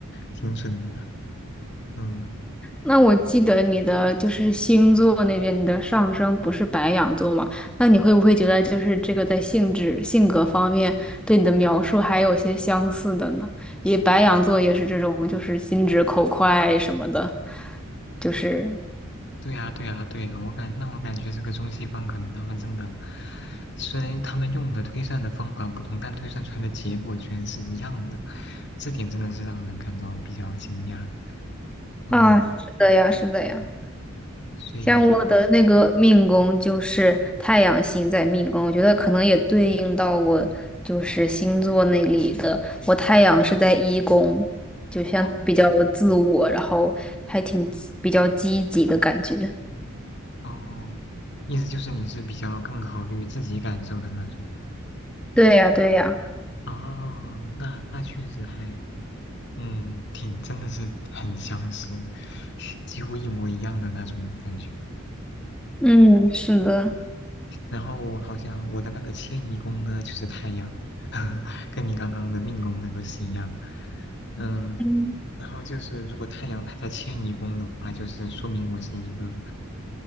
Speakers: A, on the left; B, in the centre.
A: 挺准的。嗯，
B: 那我记得你的就是星座那边，你的上升不是白羊座嘛？那你会不会觉得就是这个在性质、性格方面对你的描述还有些相似的呢？也白羊座也是这种，就是心直口快什么的，就是
A: 对呀，对呀，对呀，我感那我感觉这个中西方可能他们真的，虽然他们用的推算的方法不同，但推算出来的结果居然是一样的，这点真的是让人感到比较惊讶。嗯，
B: 啊，是的呀，是的呀。
A: 嗯所以
B: 像我的那个命宫就是太阳星在命宫，我觉得可能也对应到我就是星座那里的。我太阳是在一宫，就像比较自我，
A: 哦
B: 然后还挺比较积极的感觉。
A: 哦，意思就是你是比较更考虑自己感受的那种。
B: 对呀，对呀，
A: 哦，那那确实还，嗯，挺真的是很相似，几乎一模一样的那种感觉。
B: 嗯，是的，
A: 然后我好像我的那个迁移宫呢，就是太阳，<laughs> 跟你刚刚的命宫那个是一样。嗯，
B: 嗯，
A: 然后就是如果太阳它在迁移宫的话，就是说明我是一个。